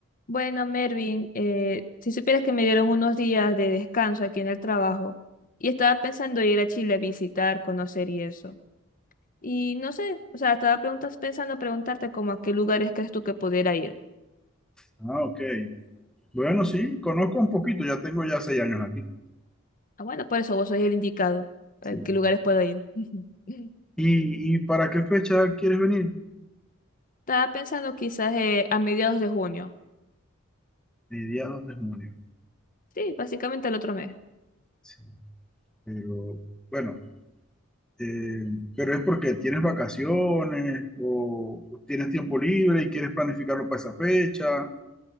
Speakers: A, on the left; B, in the centre.
A: Bueno, Mervin, eh, si supieras que me dieron unos días de descanso aquí en el trabajo y estaba pensando ir a Chile a visitar, conocer y eso. Y no sé, o sea, estaba preguntas, pensando preguntarte como a qué lugares crees tú que pudiera ir.
B: Ah, ok. Bueno, sí, conozco un poquito, ya tengo ya seis años aquí.
A: Ah, bueno, por eso vos sois el indicado.
B: Sí.
A: ¿A qué lugares puedo ir? <laughs>
B: ¿Y, y para qué fecha quieres venir?
A: Estaba pensando quizás eh, a mediados de junio.
B: Mediados de junio.
A: Sí, básicamente el otro mes.
B: Sí. Pero bueno, eh, pero es porque tienes vacaciones o tienes tiempo libre y quieres planificarlo para esa fecha.